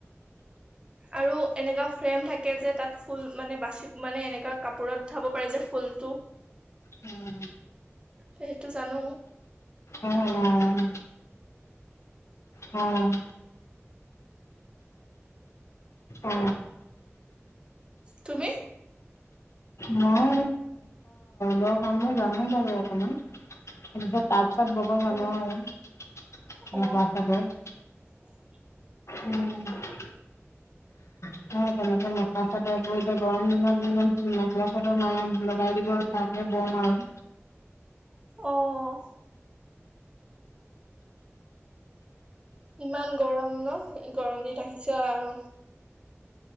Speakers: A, on the right; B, on the left.
A: আৰু এনেকা ফ্ৰেম থাকে যে তাত ফুল মানে বাচি মানে এনেকা কাপোৰত উঠাব পাৰে যে ফুলটো?
B: উম।
A: সেইটো জানো।
B: অ', অ'। অ'। অ
A: তুমি?
B: মই ঘৰৰ কামো জানে বাৰু অকমান। এনেকুৱাট তাত চাত ব'ব জানো
A: অ
B: আৰু, মেখেলা
A: অ
B: চাদৰ
A: <unintelligible>
B: উম। অ' তেনেকে মাখেলা চাদৰ বৈ গৰম দিনত মায়ে মেখেলা চাদৰ মায়ে লগাই দিব তাকে বম আৰু।
A: অঁ। ইমান গৰম ন, গৰম দিন আহিছে আৰু?